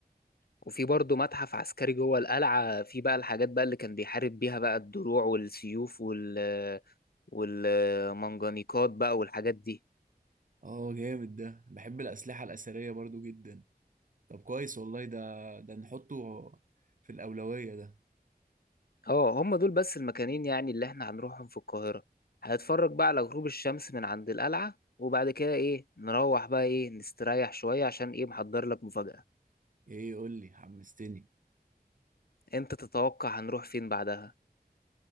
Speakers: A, on the left; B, on the right.
A: وفي برضه متحف عسكري جوه القلعة في بقى الحاجات بقى اللي كان بيحارب بيها بقى الدروع والسيوف وال والمنجنيقات بقى والحاجات دي
B: اه جامد ده بحب الاسلحة الاثرية برضو جدا طب كويس والله ده ده نحطه في الاولوية ده
A: اه هم دول بس المكانين يعني اللي احنا هنروحهم في القاهرة هنتفرج بقى على غروب الشمس من عند القلعة وبعد كده ايه نروح بقى ايه نستريح شوية عشان ايه محضر لك مفاجأة
B: ايه يقول لي حمستني
A: انت تتوقع هنروح فين بعدها